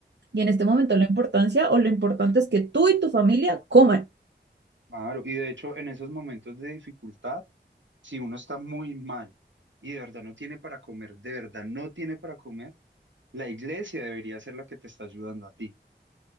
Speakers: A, on the right; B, on the right.
A: y en este momento la importancia o lo importante es que tú y tu familia coman.
B: Claro, y de hecho en esos momentos de dificultad, si uno está muy mal y de verdad no tiene para comer, de verdad no tiene para comer, la iglesia debería ser la que te está ayudando a ti,